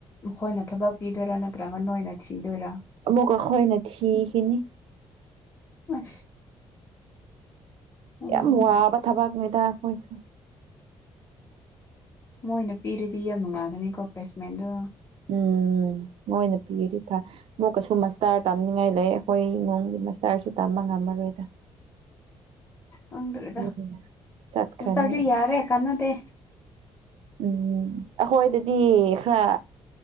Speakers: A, on the left (about 25°); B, on the right (about 65°).
A: ꯃꯈꯣꯏꯅ ꯊꯕꯛ ꯄꯤꯗꯣꯏꯔꯥ ꯅꯠꯇ꯭ꯔꯒ ꯅꯣꯏꯅ ꯊꯤꯗꯣꯏꯔꯥ
B: ꯑꯃꯨꯛꯀ ꯑꯩꯈꯣꯏꯅ ꯊꯤꯈꯤꯅꯤ
A: ꯑꯁ ꯎꯝ
B: ꯌꯥꯝ ꯋꯥꯕ ꯊꯥꯕꯥꯛ ꯅꯤꯗ ꯈ‌ꯣꯏꯁ‌ꯦ
A: ꯃꯣꯏꯅ ꯄꯤꯔꯨꯗꯤ ꯌꯥꯝ ꯅꯨꯡꯉꯥꯏꯒꯅꯤꯀꯣ ꯄ꯭ꯂꯦꯁꯃꯦꯟꯗꯣ
B: ꯎꯝ ꯃꯣꯏꯅ ꯄꯤꯔꯤꯗꯤ ꯐ ꯃꯨꯛꯀꯁꯨ ꯃꯁꯇꯥꯔ ꯇꯝꯅꯤꯡꯉꯥꯏ ꯂꯩ ꯑꯩꯈꯣꯏ ꯏꯃꯨꯡꯒꯤ ꯃꯁꯇꯥꯔꯁꯨ ꯇꯝꯕ ꯉꯝꯃꯔꯣꯏꯗ
A: ꯈꯪꯗ꯭ꯔꯦꯗ
B: ꯎꯝ ꯆꯠꯈ꯭ꯔꯅꯤ
A: ꯃꯥꯁꯇꯔꯗꯤ
B: ꯑꯁ
A: ꯌꯥꯔꯦ ꯀꯥꯟꯅꯗꯦ
B: ꯎꯝ ꯑꯩꯈꯣꯏꯗꯗꯤ ꯈꯔ